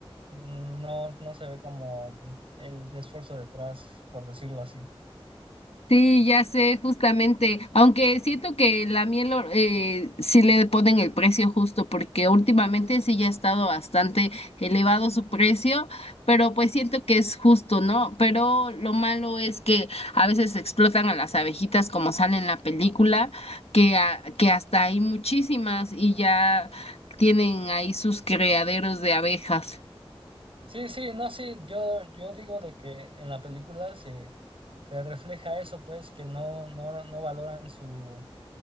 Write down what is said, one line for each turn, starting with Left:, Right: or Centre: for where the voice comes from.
Right: no, no se ve como el esfuerzo detrás, por decirlo así.
Left: Sí, ya sé, justamente, aunque siento que la miel or- eh, sí le ponen el precio justo, porque últimamente sí ya ha estado bastante elevado su precio, pero pues siento que es justo, ¿no? Pero lo malo es que a veces explotan a las abejitas como sale en la película, que, a- que hasta hay muchísimas y ya tienen ahí sus criaderos de abejas.
Right: Sí, sí, no, sí, yo, yo digo de que en la película se te refleja eso, pues, que no, no, no valoran su,